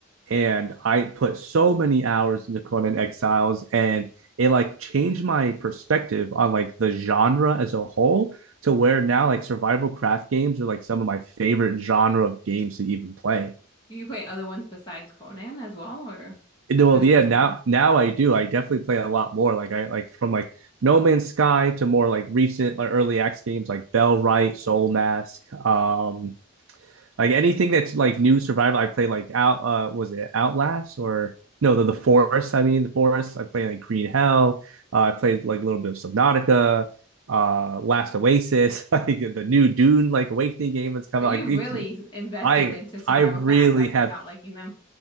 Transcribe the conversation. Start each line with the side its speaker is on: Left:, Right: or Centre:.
Right: And I put so many hours into Conan Exiles, and it like changed my perspective on like the genre as a whole to where now like survival craft games are like some of my favorite genre of games to even play.
Left: Do you play other ones besides Conan as well, or
Right: Well,
Left: is it
Right: yeah,
Left: just
Right: now
Left: Conan?
Right: now I do. I definitely play a lot more. Like I like from like No Man's Sky to more like recent like early access games like Bell Right, Soul Mask, um, Like anything that's like new survival, I play like out. Uh, was it Outlast or no? The, the Forest. I mean, the Forest. I play like Green Hell. Uh, I played like a little bit of Subnautica. Uh, Last Oasis. <laughs> Like the new Dune like Awakening game that's coming.
Left: So you
Right: Like it-
Left: really invested
Right: I
Left: into survival
Right: I really
Left: crafts after
Right: have
Left: not liking them.